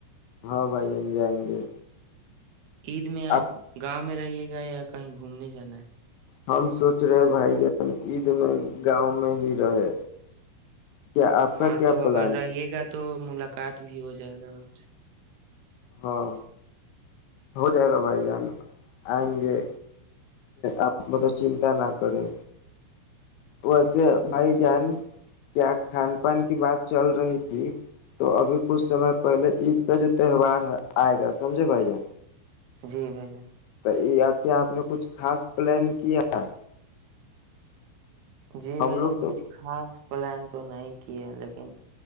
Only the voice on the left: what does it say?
ہاں بھائی جان جائیں گے
اب
ہم سوچ رہے ہیں بھائی جان عید میں گاؤں میں ہی رہے کیا آپ
کا کیا
پلان
ہے
ہاں ہو جائے گا بھائی جان آئیں گے آپ مطلب چنتا نہ کرے ویسے بھائی جان کیا کھان پان کی بات چل رہی تھی تو ابھی کچھ سمے پہلے عید کا جو تہوار آئے گا سمجھے بھائی جان
تو کیا آپ نے کچھ خاص پلان کیا ہے
لوگ
تو